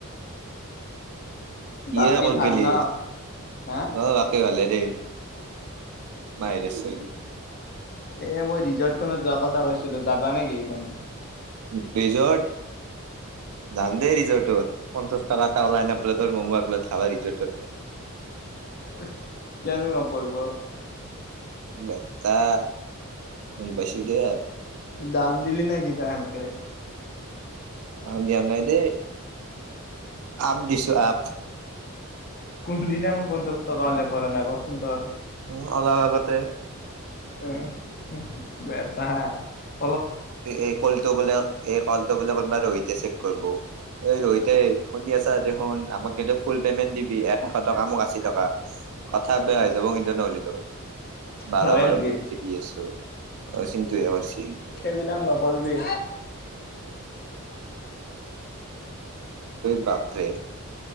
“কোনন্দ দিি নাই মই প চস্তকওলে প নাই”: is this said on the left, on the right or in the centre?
Left